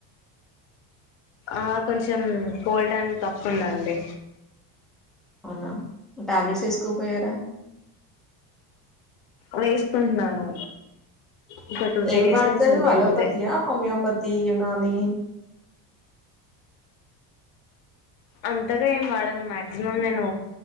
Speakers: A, on the left (about 70°); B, in the centre.
A: ఆ కొంచెం కోల్డ్ అండ్ కాఫ్ ఉందండి
B: అవునా టాబ్లెట్స్ వేసుకోపోయారా
A: వేసుకుంటున్నాను ఒక టూ త్రీ
B: ఏం
A: డేస్
B: వాడతరు
A: నుంచి ఉంది
B: అలోపతియా
A: అంతే
B: హోమియోపతి యునాని
A: అంతగా ఏం వాడను మాక్సిమం నేను